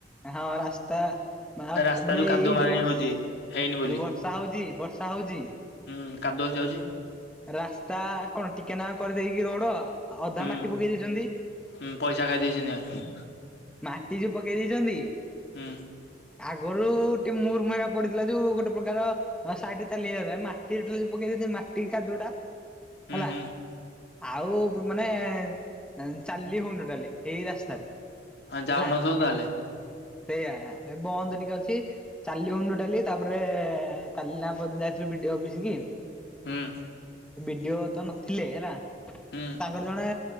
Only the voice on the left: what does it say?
ରାସ୍ତା
କାଦୁଅ
ମାଳିଣୀ
ହଉଛି ହେଇନି ବୋଲି
ହୁଁ କାଦୁଅ ହେଇଯାଉଛି।
ହୁଁ
ହୁଁ ପଇସା ଖାଇ ଦେଇଛନ୍ତି ଆଁ
ହୁଁ।
ହୁଁ
ହୁଁ
ହଁ ଯାଉନଥିବ
ତାହେଲେ
ହୁଁ।
ହୁଁ